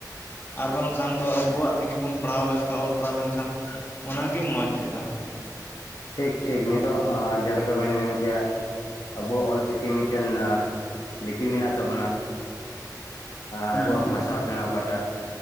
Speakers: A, on the left (about 30°); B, on the left (about 65°).
A: ᱟᱨ ᱵᱟᱝ ᱠᱷᱟᱱ ᱫᱚ ᱟᱵᱚᱣᱟᱜ ᱛᱮᱜᱮ ᱵᱚᱱ ᱯᱟᱲᱦᱟᱣ ᱞᱮᱱᱠᱷᱟᱱ ᱚᱞ ᱯᱟᱲᱦᱟᱣ ᱞᱮᱱᱠᱷᱟᱱ ᱚᱱᱟᱜᱤ ᱢᱚᱸᱡᱽ ᱦᱩᱭᱩᱜᱼᱟ ᱾
B: ᱴᱷᱤᱠ, ᱴᱷᱤᱠ ᱱᱤᱛᱚᱜ ᱡᱮᱞᱮᱠᱟ ᱵᱮᱱ ᱢᱮᱱ ᱠᱮᱭᱟ ᱾ ᱟᱵᱚ ᱚᱞ ᱪᱤᱠᱤ ᱢᱤᱫᱴᱮᱱ ᱞᱤᱯᱤ ᱢᱮᱱᱟᱜ ᱛᱟᱵᱚᱱᱟ ᱾ ᱟᱵᱚᱣᱟᱜ
A: ᱦᱩᱸ
B: ᱵᱷᱟᱥᱟ ᱛᱮᱱᱟᱜ ᱚᱠᱟᱴᱟᱜ